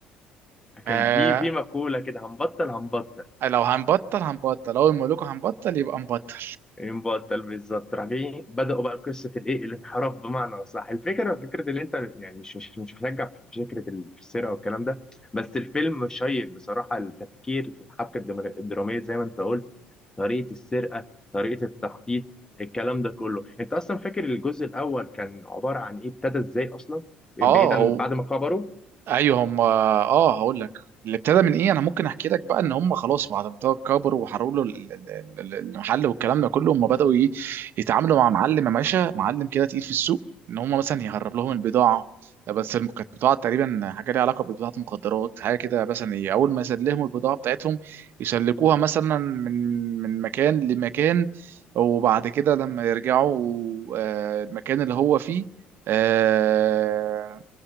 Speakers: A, on the left; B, on the right.
A: كان
B: آه
A: في في مقوله كده هنبطل هنبطل
B: لو هنبطل هنبطل اول ما اقول لكم هنبطل يبقى نبطل
A: ينبع الطلب بالظبط راح جاي بدأوا بقى قصة الايه الانحراف بمعنى أصح الفكرة فكرة اللي انت يعني مش مش مش هشجع في فكرة السرقة والكلام ده بس الفيلم شيق بصراحة التفكير في الحبكة الدم- الدرامية زي ما انت قلت طريقة السرقة طريقة التخطيط الكلام ده كله انت اصلا فاكر الجزء الاول كان عبارة عن ايه ابتدى ازاي اصلا بعيدا
B: اه
A: عن
B: هو
A: بعد ما كبروا
B: ايوه هم اه هقول لك اللي ابتدى من ايه انا ممكن احكي لك بقى ان هم خلاص بعد ما ابتدوا كبروا وحرقوا له ال- ال- ال- المحل والكلام ده كله هم بداوا ايه يتعاملوا مع معلم يا باشا معلم كده تقيل في السوق ان هم مثلا يهرب لهم البضاعه بس الم- كانت بضاعه تقريبا حاجه ليها علاقه ببضاعه مخدرات حاجه كده مثلا ايه اول ما يسلموا البضاعه بتاعتهم يسلكوها مثلا من من مكان لمكان وبعد كده لما يرجعوا آه، المكان اللي هو فيه آه،